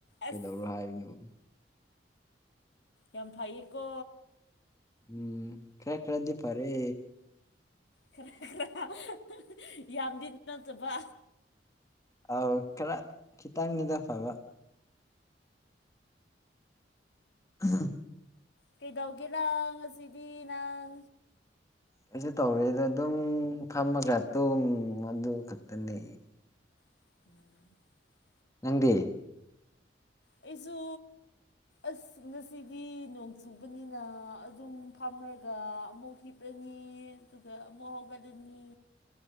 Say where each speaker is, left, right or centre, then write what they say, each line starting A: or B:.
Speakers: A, on the left; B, on the left.
A: ꯑꯁ
B: ꯀꯩꯗꯧꯔꯣ ꯍꯥꯏꯕꯅꯣꯕ
A: ꯌꯥꯝ ꯐꯩꯌꯦꯀꯣ
B: ꯎꯝ ꯀ꯭ꯔꯛ ꯔꯗꯤ ꯐꯔꯦ
A: ꯈꯔ ꯈꯔ ꯌꯥꯝꯗꯤ ꯅꯠꯇꯕ
B: ꯑ ꯈꯔ ꯈꯤꯇꯪꯅꯤꯗ ꯐꯕ <unintelligible>
A: ꯀꯩꯗꯧꯒꯦꯔꯪ ꯑꯁꯤꯗꯤ ꯅꯪ
B: ꯑꯩꯁꯨ ꯇꯧꯔꯦꯗ ꯑꯗꯨꯝ ꯐꯝꯃꯒ ꯇꯨꯝ ꯑꯗꯨ ꯈꯛꯇꯅꯦ
A: <inaudible>
B: ꯅꯪꯗꯤ
A: ꯑꯩꯁꯨ ꯑꯁ ꯉꯁꯤꯗꯤ ꯅꯣꯡ ꯆꯨꯕꯅꯤꯅ ꯑꯗꯨꯝ ꯐꯥꯝ ꯑꯃꯔꯒ ꯑꯃꯨꯛ ꯍꯤꯞꯂꯅꯤ ꯑꯗꯨꯒ ꯑꯃꯨꯛ ꯍꯧꯒꯠꯂꯅꯤ